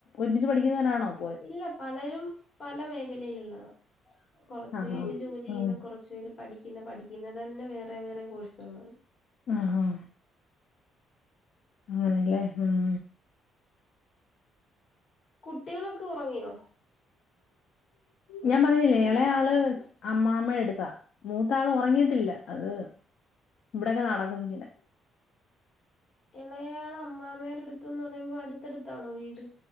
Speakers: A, on the left; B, on the left.
A: ഒരുമിച്ച് പഠിക്കുന്നവരാണോ പോയത്
B: ഇല്ല പലരും പല മേഖലയിലുള്ളത് കൊറച്ചു
A: ആഹ്
B: പേര്
A: ആഹ്
B: ജോലി ചെയ്യുന്ന
A: ഉം
B: കുറച്ച് തച്ചൂർ പഠിക്കുന്ന പഠിക്കുന്നത് തന്നെ വേറെ വേറെ കോഴ്സുകളാണ്
A: ആഹ് ആഹ് അങ്ങനെയല്ലേ ഉം
B: കുട്ടികളൊക്കെ ഉറങ്ങിയോ
A: ഞാൻ പറഞ്ഞില്ലേ എളെ ആള് അമ്മ്മ എടുത്താ മൂത്താൾ ഉറങ്ങിയിട്ടില്ല അത് ഇവിടെൊക്കെ നടക്കുന്നു ഇങ്ങനെ
B: ഇളയാള അമ്മാമെടെ അടുത്തുന്ന് പറയുമ്പോ അടുത്തടുത്താണോ വീട്